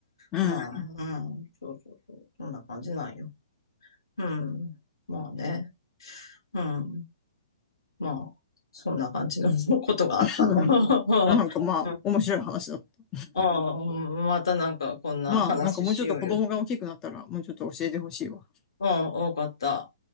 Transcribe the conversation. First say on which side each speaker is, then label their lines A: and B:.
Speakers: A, on the left; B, on the left.
A: うん、
B: まあ、うん、そうそうそう、そんな感じなんよ。うん、まあね、うん、まあ、そんな感じの <laughs> ことがあったの。
A: うん。
B: <laughs>
A: なんかまあ、
B: うん、
A: 面白い話だった。
B: ああ、またなんかこんな話しようよ。
A: まあ、なんかもうちょっと子供が大きくなったら、もうちょっと教えてほしいわ。
B: うん、多かった。